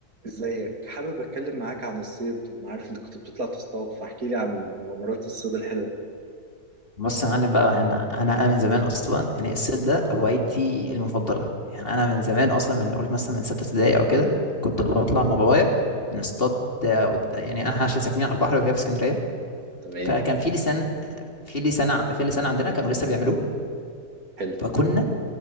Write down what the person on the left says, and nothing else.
بص يا معلم بقى انا انا انا من زمان اصلا يعني الصيد ده هوايتي المفضله يعني انا من زمان اصلا من قلت مثلا من سته ابتدائي او كده كنت بطلع مع بابايا نصطاد آه، قد- يعني انا عشان ساكنين على البحر وكده في اسكندريه
فكان في لسان في لسان عن- في لسان عندنا كانوا لسه بيعملوه
فكنا